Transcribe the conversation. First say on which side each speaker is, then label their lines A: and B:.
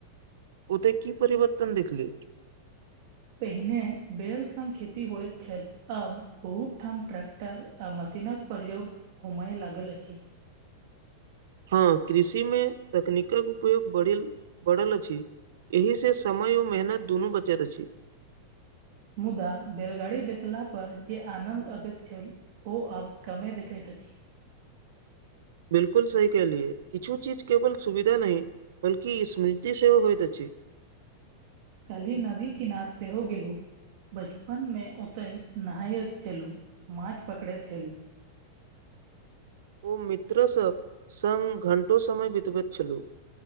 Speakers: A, on the right; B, on the right.
A: ओत की परिवर्तन देखले
B: पहिने बैेल स खेती होयइत छल अब बहुत ठाम ट्रैक्टर मशीनक प्रयोग होमय लागल अछि
A: हँ कृषिमे तकनीकक उपयोग बढ़ बढ़ल अछि एहिसँ समय आर मेहनत दुनू बचत अछि
B: मुदा बैलगाड़ी देखला पर जे आनन्द अबैत छल ओ अब कमे दिखे त जी
A: बिलकुल सही कलिये किछु चीज केवल सुविधा न बल्कि स्मृति सेहो होयइत अछि
B: कल्हि नदी क नाद सेहो गेलहुँ बचपन मे ओते नहायैत छलु माछ पकड़ैत छलु
A: ओ मित्रसभ संग घण्टो समय बितबैत छलहु